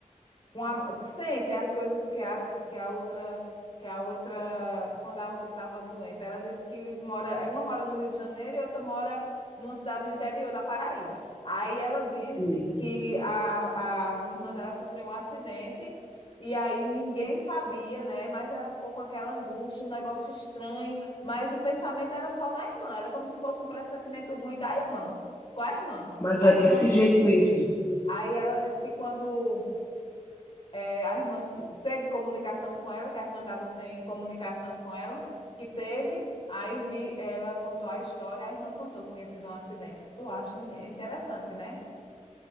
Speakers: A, on the left (about 40°); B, on the left (about 25°).
A: com a, que sente as coisas que a, que a outra que a outra quando a outra estava doente. Ela disse que mora, é, uma mora no Rio de Janeiro e outra mora numa cidade do interior da Paraíba. Aí ela disse
B: sim,
A: que a, a irmã dela sofreu um acidente e aí ninguém sabia, né? Mas ela ficou com aquela angústia, um negócio estranho, mas o pensamento era só na irmã, era como se fosse um pressentimento ruim da irmã, com a irmã.
B: mas
A: Aí
B: é desse
A: quando,
B: jeito mesmo.
A: aí ela disse que quando é, A irmã teve comunicação com ela, que a irmã estava sem comunicação com ela, que teve, aí vi, ela contou a história, a irmã contou que tinha tido um acidente. Tu acha, mulher? É Interessante, né?